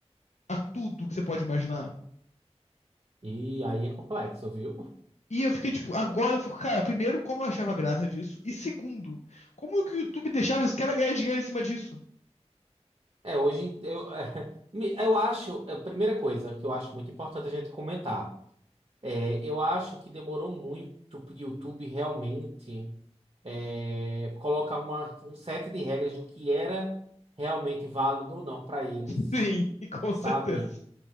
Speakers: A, on the left; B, on the right.
A: a tudo que você pode imaginar.
B: E aí é complexo, viu?
A: E eu fiquei, tipo, agora eu fico, cara, primeiro, como eu achava graça disso? E segundo, como que o YouTube deixava esse cara ganhar dinheiro em cima disso?
B: É, hoje em- eu, <laughs> me- eu acho, a primeira coisa que eu acho muito importante a gente comentar, é, eu acho que demorou muito pro YouTube realmente é, colocar uma, um set de regras do que era realmente válido ou não para eles,
A: Sim, <laughs> e com
B: sabe?
A: certeza.